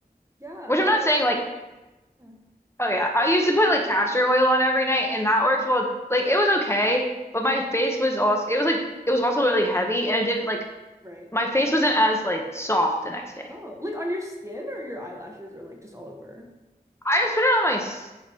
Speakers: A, on the right; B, on the left.
A: Yeah,
B: Which
A: that's
B: I'm not saying like
A: yeah,
B: oh yeah, I used to put like castor oil on every night and that worked well. Like it was okay, but my face was also it was like it was also really heavy and it didn't like
A: right.
B: my face wasn't as like soft the next day.
A: Oh, like on your skin or your eyelashes or like just all over?
B: I just put it on my s-